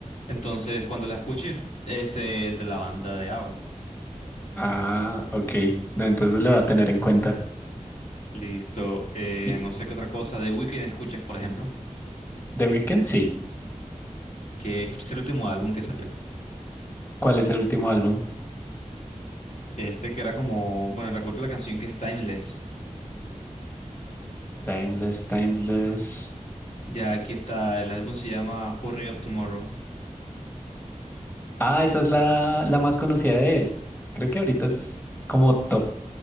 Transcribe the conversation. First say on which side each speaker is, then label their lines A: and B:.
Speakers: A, on the left; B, on the left.
A: Entonces, cuando la escuches, es eh, de la banda de ABBA.
B: Ah, ok. No, entonces lo voy a tener en cuenta.
A: Listo, eh,
B: Y-
A: no sé qué otra cosa de Weeknd escuchas, por ejemplo,
B: The Weeknd, sí.
A: que escuchaste el último álbum que salió.
B: ¿Cuál es el último álbum?
A: Este que era como, bueno, recuerdo la canción que es Timeless.
B: Timeless, Timeless.
A: Ya aquí está, el álbum se llama Hurry Up Tomorrow.
B: Ah, esa es la, la más conocida de él. Creo que ahorita es como top